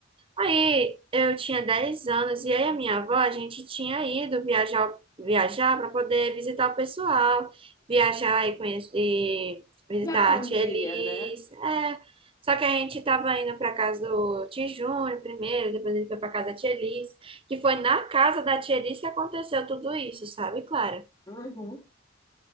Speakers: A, on the right; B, on the left.
A: Aí eu tinha 10 anos e aí a minha avó, a gente tinha ido viajar viajar para poder visitar o pessoal, viajar e conhecer, e visitar
B: minha família,
A: a tia Elis.
B: né?
A: É. Só que a gente estava indo para casa do tio Júnior primeiro, depois ele foi para casa da tia Elis, que foi na casa da tia Elis que aconteceu tudo isso, sabe, Clara?
B: Uhum.